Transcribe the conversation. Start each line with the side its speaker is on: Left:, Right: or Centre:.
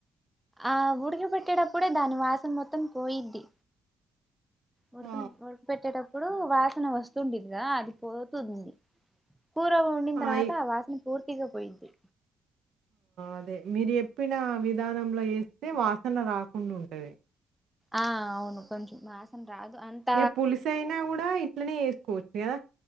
Centre: ఆ ఉడక పెట్టీ పెట్టేడప్పుడే దాని వాసన మొత్తం పోయిద్ది ఉడకున
Right: ఆ!
Centre: ఉడక పెట్టేటప్పుడు వాసన వస్తుండేదిగా అది పోతుంది కూర వండిన తర్వాత
Right: ఆయి
Centre: ఆ వాసన పూర్తిగా పోయిద్ది
Right: అదే మీరు ఎప్పిన విధానంలో వేస్తే వాసన రాకుండా ఉంటది
Centre: ఆ అవును కొంచెం వాసన రాదు అంత
Right: ఏ పులిసయినా కూడా ఇట్లనే చేసుకోవచ్చు కదా